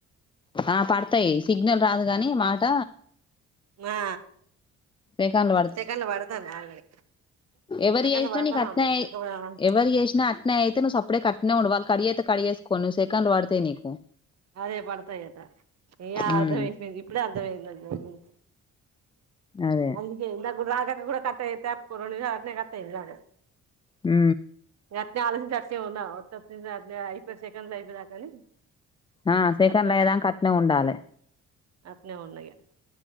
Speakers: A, on the left; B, on the right.
A: ఆ పడతాయి సిగ్నల్ రాదు గాని మాట
B: ఆ
A: సెకండ్లు
B: సెకండ్లు పడతనాయి ఆల్రెడీ
A: ఎవరి
B: సెకండ్లు
A: చేసినా
B: పడతానే
A: నీకు కట్నే
B: ఉన్నాయి ఇంకా
A: ఎవరు చేసినా అట్నే అయితే నువ్ సప్పుడే కట్నే ఉండు వా కడ్ చేతే కట్ వేసుకోని ను సేకండ్లు వడతాయి నిీకు
B: అదే పడతాయిద ఇగ
A: ఉమ్
B: అర్థమయిపోయింది ఇప్పుడే అర్థమయింది ద
A: అదే
B: అందుకే నాకు రా కూడా కట్టాయితే రేడు అట్నే కట్టాఇంది నాకు
A: హు
B: అట్నే ఆలోచ్చించి అట్నే ఉన్నా ఓతే ఒత్తయి సెకండ్స్ అయిపోయేదాకా అని
A: ఆ సేకండ్లు
B: అట్నే
A: అయ్యే దాక అట్నే ఉండాలే
B: అట్నే ఉన్న ఇగ